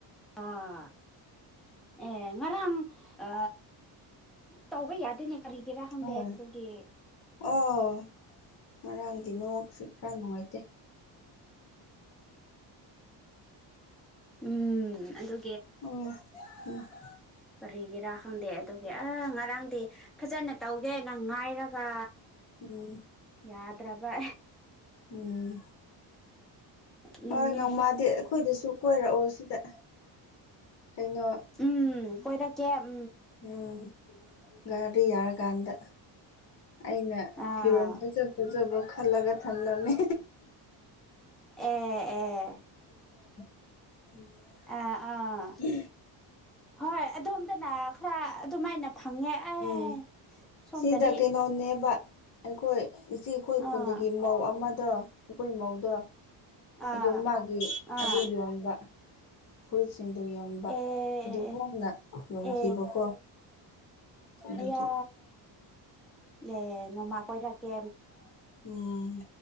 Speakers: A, in the centre; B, on the left.
A: ꯑꯣ ꯑꯦ ꯉꯔꯥꯡ ꯑ ꯇꯧꯕ ꯌꯥꯗꯦꯅꯦ ꯀꯔꯤꯒꯤꯔꯥ ꯈꯪꯗꯦ
B: ꯍꯣꯏ
A: ꯑꯗꯨꯒꯤ
B: ꯑꯣ ꯉꯔꯥꯡꯗꯤ ꯅꯦꯠꯋꯥꯛꯁꯨ ꯈꯔ ꯅꯨꯡꯉꯥꯏꯇꯦ
A: ꯎꯝ ꯑꯗꯨ
B: ꯑꯣ
A: ꯀꯔꯤꯒꯤꯔꯥ ꯈꯪꯗꯦ ꯑꯗꯨꯒꯤ ꯑ ꯉꯔꯥꯡꯗꯤ ꯐꯖꯅ ꯇꯧꯒꯦ ꯅꯪ ꯉꯥꯏꯔꯒ
B: ꯎꯝ
A: ꯌꯥꯗ꯭ꯔꯕ
B: ꯎꯝ
A: ꯅꯤꯡꯉꯦ
B: ꯍꯣꯏ ꯅꯣꯡꯃꯗꯤ ꯑꯩꯈꯣꯏꯗꯁꯨ ꯀꯣꯏꯔꯛꯑꯣ ꯁꯤꯗ ꯀꯩꯅꯣ
A: ꯎꯝ ꯀꯣꯏꯔꯛꯀꯦ ꯎꯝ
B: ꯎꯝ ꯒꯥꯔꯗ ꯌꯥꯔꯀꯥꯟꯗ ꯑꯩꯅ
A: ꯑꯥ
B: ꯐꯤꯔꯣꯜ ꯐꯖꯕ ꯐꯥꯖꯕ ꯈꯜꯂꯒ ꯊꯥꯟꯂꯝꯃꯦ
A: ꯑꯦ ꯑꯦ
B: <unintelligible>
A: ꯑꯥ ꯑꯥ ꯍꯣꯏ ꯑꯗꯣꯝꯗꯅ ꯈꯔ ꯑꯗꯨꯃꯥꯏꯅ ꯐꯪꯉꯦ ꯑꯦ
B: ꯎꯝ
A: ꯁꯣꯝꯗꯗꯤ
B: ꯁꯤꯗ ꯀꯩꯅꯣꯅꯦꯕ ꯑꯩꯈꯣꯏ ꯏꯆꯦ ꯑꯩꯈꯣꯏ
A: ꯑꯥ
B: ꯈꯨꯟꯗꯒꯤ ꯃꯧ ꯑꯃꯗꯣ ꯑꯩꯈꯣꯏ ꯃꯧꯗ
A: ꯑꯥ
B: ꯑꯗꯨ ꯃꯥꯒꯤ
A: ꯑꯥ
B: ꯑꯗꯨ ꯌꯣꯟꯕ ꯐꯨꯠꯁꯤꯡꯗꯨ ꯌꯣꯟꯕ
A: ꯑꯦ ꯑꯦ
B: ꯑꯗꯨ ꯍꯣꯡꯅ ꯌꯣꯟꯈꯤꯕꯀꯣ
A: ꯑꯦ
B: ꯑꯗꯨꯒꯤ
A: ꯑꯌꯥ ꯑꯦ ꯅꯃꯥ ꯀꯣꯏꯔ ꯀꯦ
B: ꯎꯝ